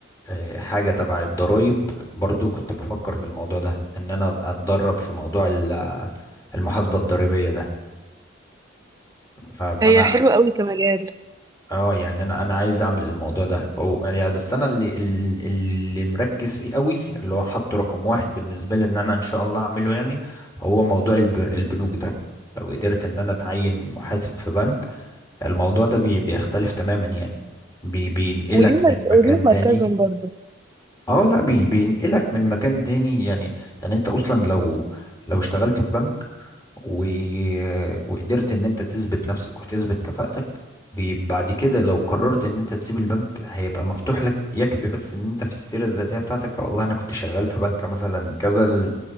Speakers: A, on the left (about 15°); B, on the right (about 20°).
A: آه، حاجة تبع الضرايب برضو كنت بفكر في الموضوع ده ان انا اتدرب في موضوع ال- المحاسبة الضريبية ده ف- فانا
B: هي حلوه قوي كمجال
A: اه يعني انا انا عايز اعمل الموضوع ده هو يعني بس انا اللي اللي اللي مركز فيه قوي اللي هو حاطه رقم واحد بالنسبه لي ان انا ان شاء الله اعمله يعني هو موضوع الب- البنوك ده لو قدرت ان انا اتعين محاسب في بنك الموضوع ده بي بيختلف تماما يعني بي بينقلك
B: وليهم مرك-
A: من مكان
B: وليهم مركزهم
A: تاني
B: برضو
A: اه لا بي بينقلك من مكان تاني يعني يعني انت اصلا لو لو اشتغلت في بنك و... وقدرت ان انت تثبت نفسك وتثبت كفاءتك بي- بعد كده لو قررت ان انت تسيب البنك هيبقى مفتوح لك يكفي بس ان انت في السيرة الذاتية بتاعتك والله انا كنت شغال في بنك مثلا كذا ل-